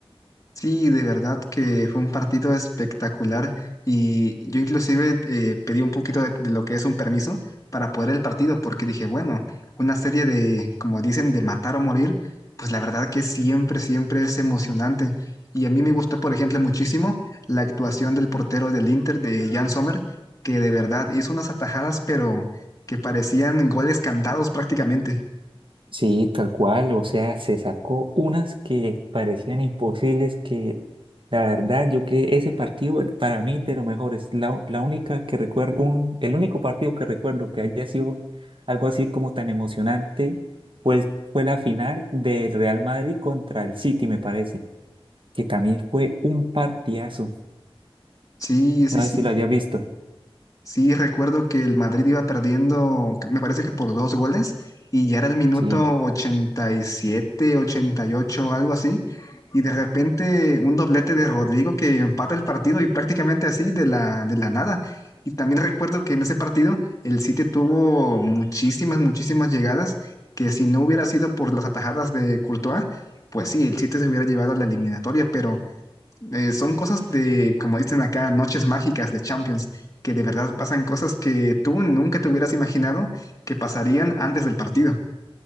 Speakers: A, on the left (about 35°); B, on the right (about 60°).
A: Sí, de verdad que fue un partido espectacular y yo inclusive eh, pedí un poquito de, de lo que es un permiso para poder el partido porque dije, bueno, una serie de, como dicen, de matar o morir, pues la verdad que siempre, siempre es emocionante. Y a mí me gustó por ejemplo, muchísimo la actuación del portero del Inter, de Jan Sommer, que de verdad hizo unas atajadas, pero que parecían goles cantados prácticamente.
B: Sí, tal cual, o sea, se sacó unas que parecían imposibles que la verdad yo que ese partido el- para mí de lo mejor es la, la única que recuerdo, un, el único partido que recuerdo que haya sido algo así como tan emocionante fue, el- fue la final del Real Madrid contra el City, me parece, que también fue un partidazo,
A: Sí, sí,
B: no
A: sí.
B: sé si lo hayas visto,
A: Sí, recuerdo que el Madrid iba perdiendo, me parece que por dos goles, y ya era el minuto
B: sí.
A: 87, 88, algo así, y de repente un doblete de Rodrigo que empata el partido y prácticamente así de la, de la nada. Y también recuerdo que en ese partido el City tuvo muchísimas, muchísimas llegadas, que si no hubiera sido por las atajadas de Courtois, pues sí, el City se hubiera llevado a la eliminatoria, pero eh, son cosas de, como dicen acá, noches mágicas de Champions, que de verdad pasan cosas que tú nunca te hubieras imaginado que pasarían antes del partido.